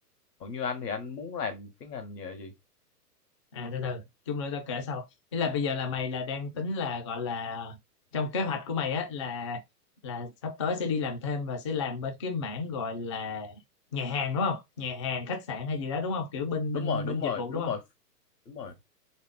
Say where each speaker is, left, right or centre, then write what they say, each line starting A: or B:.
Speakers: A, on the left (about 80°); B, on the left (about 20°).
A: còn như anh thì anh muốn làm cái ngành nghề gì
B: à từ từ chung nữa tao kể sau ý là bây giờ là mày là đang tính là gọi là trong kế hoạch của mày á là là sắp tới sẽ đi làm thêm và sẽ làm bên cái mảng gọi là nhà hàng đúng không nhà hàng khách sạn hay gì đó đúng không kiểu bên bên
A: đúng rồi đúng
B: bên dịch
A: rồi
B: vụ
A: đúng
B: đúng
A: rồi
B: không
A: đúng rồi